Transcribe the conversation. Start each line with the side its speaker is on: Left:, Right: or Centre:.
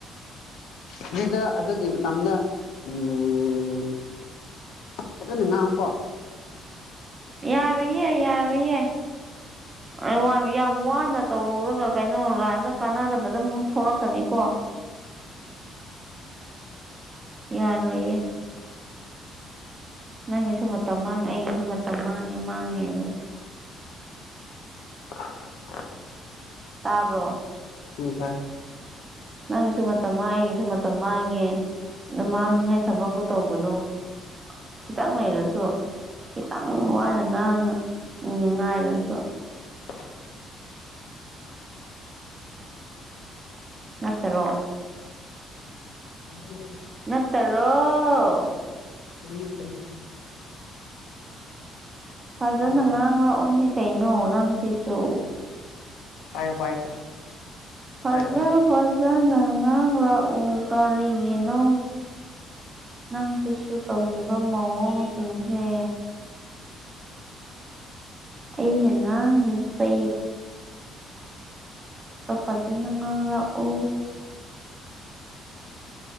Left: ꯑꯗꯨꯗ ꯑꯗꯨꯒꯤ ꯃꯇꯝꯗ ꯎꯝ ꯐꯖꯅ ꯉꯥꯡꯉꯨꯀꯣ
Right: ꯌꯥꯔꯣꯏꯌꯦ ꯌꯥꯔꯣꯏꯌꯦ <unintelligible> ꯋꯥꯅ ꯇꯧꯔꯨꯔꯒ ꯀꯩꯅꯣ ꯂꯥꯁꯇ ꯀꯥꯟꯅꯗꯕꯗ ꯑꯃꯨꯛ ꯊꯣꯛꯂꯛꯀꯅꯤꯀꯣ
Left: <inaudible>
Right: ꯌꯥꯔꯣꯏꯌꯦ ꯅꯪꯒꯤꯁꯨ ꯃꯇꯝ ꯃꯥꯡ ꯑꯩꯒꯤꯁꯨ ꯃꯇꯝ ꯃꯥꯡꯉꯦ ꯃꯥꯡꯉꯦ ꯑꯗꯨ
Left: <unintelligible>
Right: ꯇꯥꯕ꯭ꯔꯣ
Left: ꯎꯝ ꯇꯥꯏ
Right: ꯅꯪꯒꯤꯁꯨ ꯃꯇꯝ ꯃꯥꯡꯉꯦ ꯑꯩꯒꯤꯁꯨ ꯃꯇꯝ ꯃꯥꯡꯉꯦ ꯑꯗꯨ ꯃꯥꯡꯅꯤꯡꯉꯥꯏ ꯊꯕꯛꯇꯛꯇꯣ ꯇꯧꯒꯅꯣ ꯈꯤꯇꯪ ꯂꯩꯔꯁꯨ ꯈꯤꯇꯪ ꯋꯥꯅ ꯉꯥꯡ ꯎꯝ ꯉꯥꯏꯔꯁꯨ
Left: <unintelligible>
Right: ꯅꯠꯇꯔꯣ
Left: <unintelligible>
Right: ꯅꯠꯇꯔꯣ
Left: ꯆꯨꯝꯃꯤ ꯆꯨꯝꯃꯤ
Right: ꯐꯖꯅ
Left: ꯇꯥꯗꯕ꯭ꯔꯣ
Right: ꯉꯥꯡ ꯂꯛꯑꯣꯅꯦ ꯀꯩꯅꯣ ꯅꯪꯁꯤꯁꯨ
Left: ꯄꯥꯏꯌꯣ ꯄꯥꯏꯌꯣ
Right: ꯐꯖ
Left: ꯄꯥꯏꯔꯝꯃꯣ
Right: ꯐꯖꯅ ꯉꯥꯡꯂꯛ ꯎ ꯀꯔꯤꯒꯤꯅꯣ ꯅꯪ ꯁꯤꯁꯨ ꯇꯧꯔꯤꯕ ꯃꯑꯣꯡꯁꯤꯡꯁꯦ ꯑꯩꯅ ꯉꯥꯡꯉꯤꯁꯦ ꯐꯖꯅ ꯉꯥꯡꯂꯛꯎ